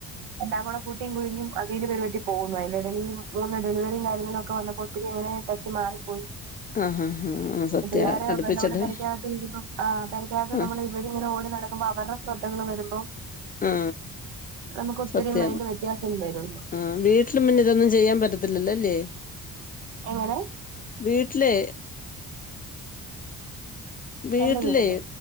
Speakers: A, on the right (about 75°); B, on the left (about 20°).
A: എല്ലാംകൂടെ കൂട്ടിയും കുഴഞ്ഞും അവതിയില് പരു പറ്റി പോകുന്നു അതിന്റെ ടയില് മൂന്ന് ഡെലിവറിയും കാര്യങ്ങളൊക്കെ വന്നപ്പോൾ പിന്നെ ഇങ്ങനെ ടച്ച് മാറിപ്പോയി
B: ആ ആ ആ ആ സത്യ
A: പിള്ളേരെ
B: അടുപ്പിച്ചിട്ട്
A: നമ്മളെ പെരക്കകത്ത് വരുമ്പം ആ പെർക്കത്ത്
B: ആ
A: നമ്മള് അവരിങ്ങനെ ഓടി നടക്കുമ്പോ അവരുടെ ശ്രദ്ധകൾ വരുമ്പോ
B: ആ
A: നമുക്ക് ഒത്തിരി
B: സത്യാണ്
A: മൈൻഡ് വ്യ ത്യാസം വരള്ളൂ
B: ആ വീട്ടിലും പിന്നിതൊന്നും ചെയ്യാൻ പറ്റത്തില്ലല്ലോ അല്ലേ
A: എങ്ങനെ
B: വീട്ടിലേ വീട്ടിലേ
A: എന്റെ വീട്ടിലോ